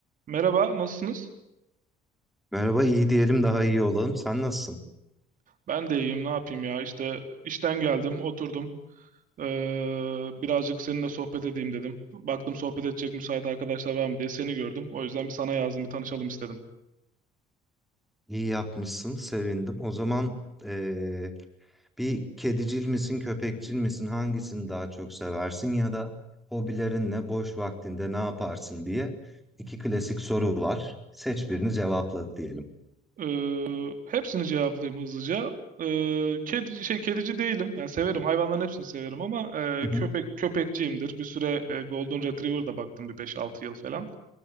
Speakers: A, on the right; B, in the centre.
A: Merhaba, nasılsınız?
B: Merhaba, iyi diyelim daha iyi olalım. Sen nasılsın?
A: Ben de iyiyim, ne yapayım ya? İşte işten geldim, oturdum. Ee, birazcık seninle sohbet edeyim dedim. Baktım sohbet edecek müsait arkadaşlar var mı diye seni gördüm. O yüzden bir sana yazdım, bir tanışalım istedim.
B: İyi yapmışsın, sevindim. O zaman eee, bir kedicil misin, köpekçil misin? Hangisini daha çok seversin ya da hobilerin ne, boş vaktinde ne yaparsın diye iki klasik soru var. Seç birini cevapla diyelim.
A: Ee, hepsini cevaplayayım hızlıca. Ee, kedi, şey, kedici değilim. Yani severim. Hayvanların hepsini severim ama e,
B: <laughs>
A: köpek köpekçiyimdir. Bir süre e, Golden Retriever'da baktım bir beş altı yıl falan.